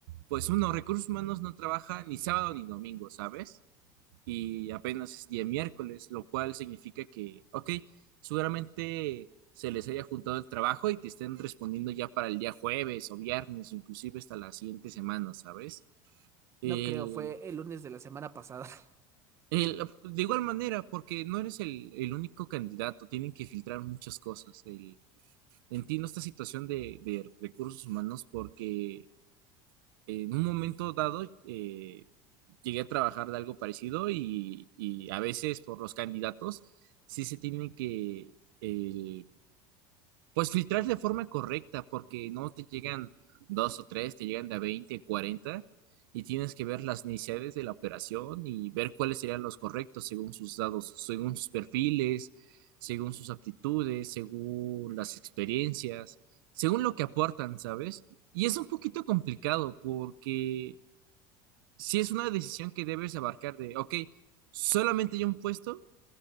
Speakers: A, on the right; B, on the right.
A: pues uno, recursos humanos no trabaja ni sábado ni domingo, ¿sabes? y apenas es día miércoles, lo cual significa que, ok, seguramente se les haya juntado el trabajo y que estén respondiendo ya para el día jueves o viernes, inclusive hasta la siguiente semana, ¿sabes? El,
B: No creo, fue el lunes de la semana pasada. <laughs>
A: el- de igual manera, porque no eres el, el único candidato, tienen que filtrar muchas cosas. El, entiendo esta situación de, de recursos humanos porque en un momento dado eh, llegué a trabajar de algo parecido y, y a veces por los candidatos sí se tiene que eh, pues filtrar de forma correcta, porque no te llegan dos o tres, te llegan de a 20, 40, y tienes que ver las necesidades de la operación y ver cuáles serían los correctos según sus dados, según sus perfiles, según sus aptitudes, según las experiencias, según lo que aportan, ¿sabes? Y es un poquito complicado porque si es una decisión que debes abarcar de, ok, solamente hay un puesto